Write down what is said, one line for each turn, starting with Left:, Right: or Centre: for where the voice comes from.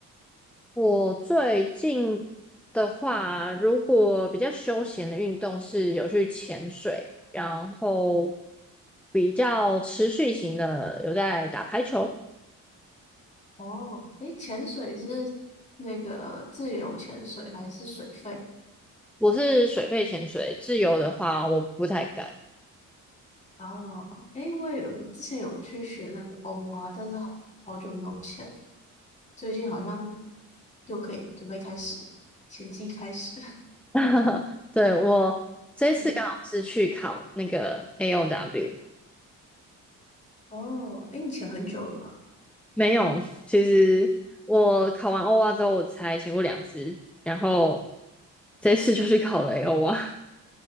Centre: 我最近的话，如果比较休闲的运动是有去潜水，然后比较持续型的有在打排球。
Left: 哦，诶，潜水是那个自由潜水还是水肺？
Centre: 我是水肺潜水，自由的话我不太敢。
Left: 哦，诶，我也有之前有去学那个欧啊，但是好好久没有潜了最近好像又可以准备开始了，潜季开始。<laughs>
Centre: <laughs> 对，我这次刚好是去考那个
Left: 嗯
Centre: AOW，
Left: 哦，哎，你潜很久了吗？
Centre: 没有，其实我考完欧蛙之后，我才潜过两次，然后这次就去考了 AO 蛙，